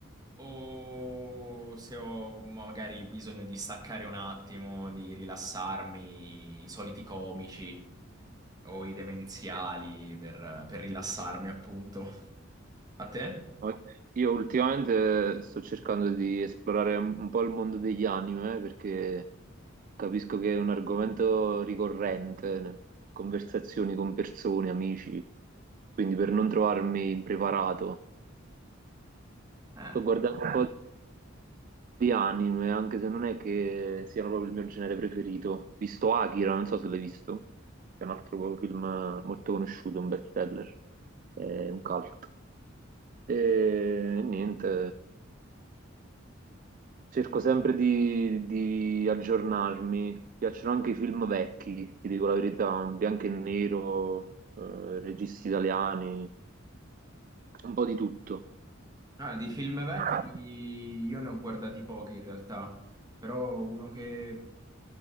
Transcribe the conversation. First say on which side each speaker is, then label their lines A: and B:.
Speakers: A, on the right; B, on the right.
A: o se ho magari bisogno di staccare un attimo, di rilassarmi, i soliti comici o i demenziali
B: Sì.
A: per, per rilassarmi, appunto. A te?
B: No, Io ultimamente eh, sto cercando di esplorare un un po' il mondo degli anime perché capisco che è un argomento ricorrente in conversazioni con persone, amici, quindi per non trovarmi impreparato.
A: Eh,
B: Sto guardando un po' di anime, anche se non è che siano proprio il mio genere preferito. Ho visto Akira, non so se l'hai visto, che è un altro film molto conosciuto, un bestseller, è un cult. E niente. Cerco sempre di, di aggiornarmi. Mi piacciono anche i film vecchi, ti dico la verità, bianco e nero, eh, registi italiani, un po' di tutto.
A: ah, di film vecchi
B: <laughs>
A: io ne ho guardati pochi in realtà, però uno che